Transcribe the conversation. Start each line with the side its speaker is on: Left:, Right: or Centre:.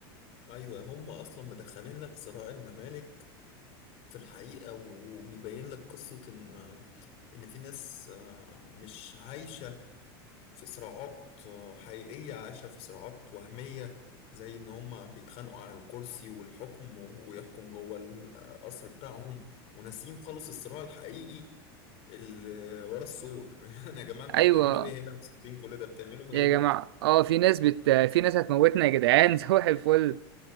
Left: أيوه هم أصلا مدخلين لك صراع الممالك في الحقيقة وبيبين لك قصة إن إن في ناس آه، مش عايشة في صراعات آه، حقيقية عايشة في صراعات وهمية زي إن هما بيتخانقوا على الكرسي والحكم ويحكم جوه القصر بتاعهم وناسيين خالص الصراع الحقيقي اللي ورا السور <laughs> يعني يا جماعة انتوا
Right: ايوه
Left: بتعملوا ايه هنا وسايبين كل ده بتعملوا في ايه
Right: يا
Left: برضه
Right: جماعة اه في ناس بت في ناس هتموتنا يا جدعان <laughs> صباح الفل